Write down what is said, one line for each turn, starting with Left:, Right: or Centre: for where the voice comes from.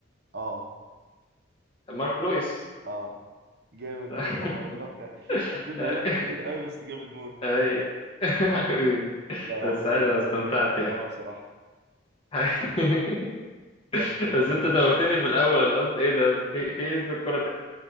Right: اه
Left: مارك رويس
Right: اه جامد موت
Left: <laughs>
Right: والله بط- <laughs> حسيت انها
Left: اي
Right: لفه بعيده قوي بس جامد موت
Left: أي. <laughs>
Right: لا يا
Left: بس
Right: عم انت
Left: عايش
Right: طلعت
Left: أنا استمتعت
Right: جامد في
Left: يعني
Right: اللعبه بصراحه
Left: <laughs>
Right: بس محتاجين
Left: بس انت توهتني في الاول انا قلت ايه ده في في ايه في الكوره